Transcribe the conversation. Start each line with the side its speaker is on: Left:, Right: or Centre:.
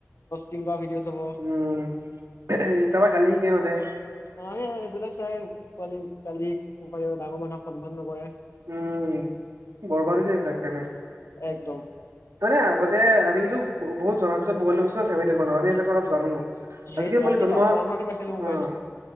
Left: কুকিং কৰা ভিডিঅ চাব।
Right: উম এ তাৰপা গালি শিকে সিহঁতে
Left: অ', এইবিলাক চাই পোৱালি গালি ক পাৰি ডাঙৰ মানুহক সন্মান নকৰে।
Right: উম বৰবাদ হৈ যায় এইবিলাক কাৰণে।
Left: একদম।
Right: মানে আগতে আমিটো বহুত জনা পিছত মোবাইলটো চলাইছিলো ন চেভেন মান আমি অলপ জানো
Left: সেইটোৱে
Right: আজিকালি পলি
Left: আমি
Right: জন্ম
Left: লকডাউনতে
Right: হোৱা
Left: পাইছিলো মোবাইল
Right: আহ।